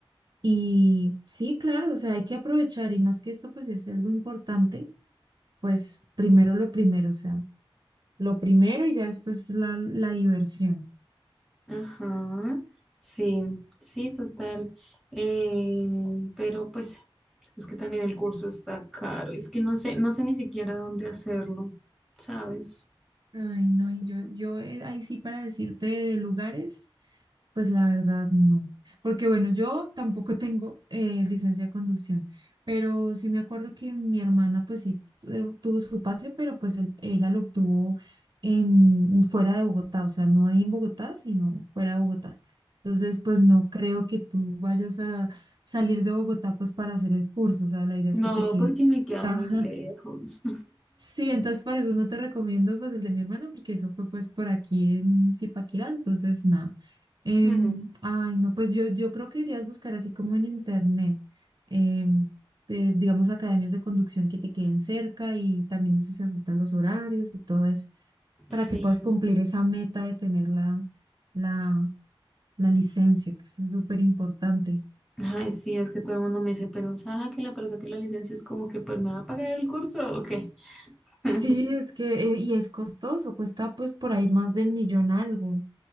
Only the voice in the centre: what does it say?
Ajá, sí, sí, total. Eh, pero pues es que también el curso está caro, es que no sé, no sé ni siquiera dónde hacerlo, ¿sabes?
No,
porque me queda
muy lejos.
<laughs> Mm,
Sí.
Ay, sí, es que todo el mundo me dice, pero Saja, que la persona que la licencia es como que pues me va a pagar el curso, ¿o qué? <laughs>